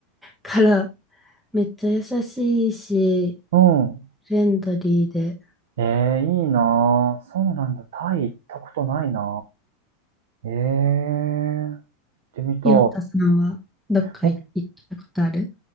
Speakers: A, in the centre; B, on the right.
A: から、めっちゃ優しいし、
B: うん。
A: フレンドリーで。
B: えーいいなぁ。そうなんだ。タイ行ったことないなぁ。えー行ってみたい。
A: ヨタさんはどっか行ったことある
B: ぼ